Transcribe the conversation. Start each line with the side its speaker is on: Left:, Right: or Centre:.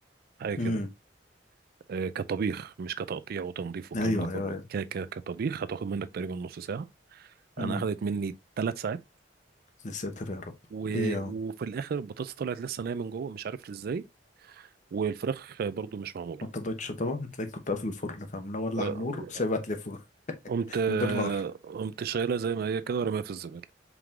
Right: حاجه كده
Left: امم
Right: آه، كطبيخ مش كتقطيع وتنظيف والكلام
Left: ايوه
Right: ده كله
Left: ايوه ايوه
Right: ك ك كطبيخ هتاخد منك تقريبا نص ساعة
Left: امم
Right: أنا أخدت مني ثلاث ساعات
Left: يا ساتر يا رب
Right: و...
Left: ليه يا عم
Right: وفي الآخر البطاطس طلعت لسه ناية من جوه مش عارف إزاي والفراخ آه، برضو مش معمولة
Left: ما اضطريتش طبعا تلاقيك كنت قافل الفرن فمنولع
Right: آه،
Left: النور وسايبها تلف <laughs>
Right: قمت آه،
Left: من غير نار
Right: قمت شايلها زي ما هي كده ورميها في الزبالة